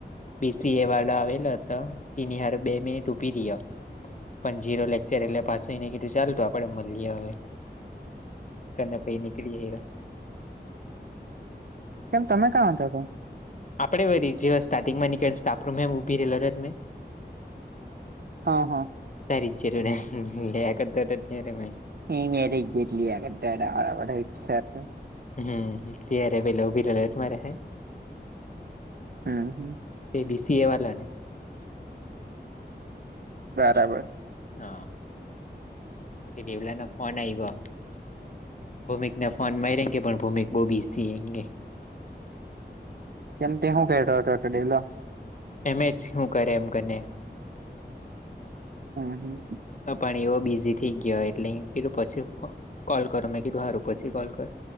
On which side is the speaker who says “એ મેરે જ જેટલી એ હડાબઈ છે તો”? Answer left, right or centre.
Right